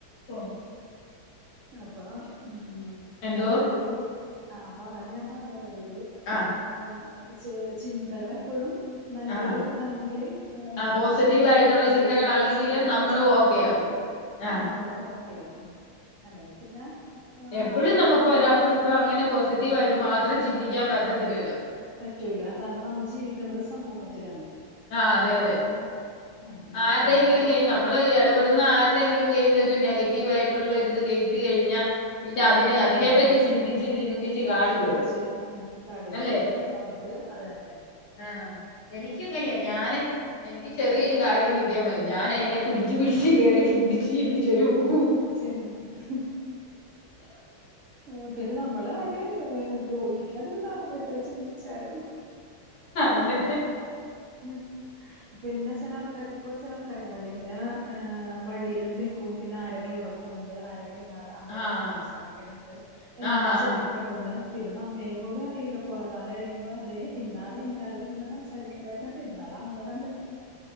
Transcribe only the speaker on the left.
ആഹ്
എന്തോ
ആഹ്
ആഹ്
ആഹ് പോസിറ്റീവ്
ആയിട്ടുള്ള
ചിന്തകളാണെങ്കില്
നമ്മള്
ഓക്കെ ആകും ആഹ്
എപ്പോഴുംനമുക്കൊരാക്ക്
ഇപ്പൊ അങ്ങനെ പോസിറ്റീവായിട്ട് മാത്രം ചിന്തിക്കാൻ പറ്റത്തില്ല
ആഹ് അതെ അതെ
ആരതെങ്കിലും
നമ്മള് ഈ ഇടപെ ഇടപെടുന്ന ആരുടെങ്കിലും കയ്യിന്ന് ഒരു നെഗറ്റീവായിട്ടുള്ള ഒര്ത് കേട്ട് കഴിഞ്ഞ പിന്നെ അതിന് അതിനെപറ്റി
ചിന്തിച്ച് ചിന്തിച്ച് കാട്കേറും
അല്ലെ
ആഹ് എനിക്ക്ങ്ങ്നെയാ ഞാന് എനിക്ക് ചെറിയെര ഒര് കാര കാര്യം കിട്ടിയാമതി ഞാനയിനെ പിട്ച്ച് പിട്ച്ച് കേറി ചിന്ത്ച്ച് ചിന്ത്ച്ച് ഒരു ഉ
അതെ
ആഹ്
ആഹ് ആഹ്